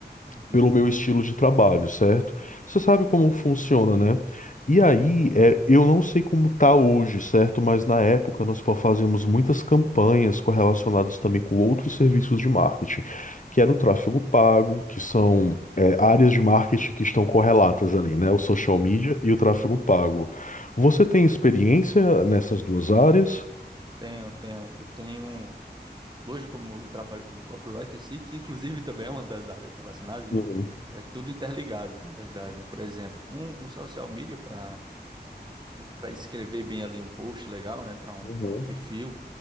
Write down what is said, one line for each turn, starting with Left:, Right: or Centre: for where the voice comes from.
Right: Uhum.
Left: pelo meu estilo de trabalho, certo? Você sabe como funciona, né? E aí, é, eu não sei como tá hoje, certo? Mas na época nós pa- fazíamos muitas campanhas correlacionadas também com outros serviços de marketing, que era o tráfego pago, que são, é, áreas de marketing que estão correlatas ali, né? O social
Right: Sim,
Left: media e o tráfego pago. Você tem experiência nessas duas áreas?
Right: tenho, tenho. Eu tenho. Hoje, como eu trabalho como copywriter em si, que inclusive <laughs> também é uma das áreas relacionadas, né?
Left: Uhum,
Right: É tudo interligado, na verdade, né? Por exemplo, um, um social media para para escrever bem ali um post legal, né, para um,
Left: uhum.
Right: para um perfil,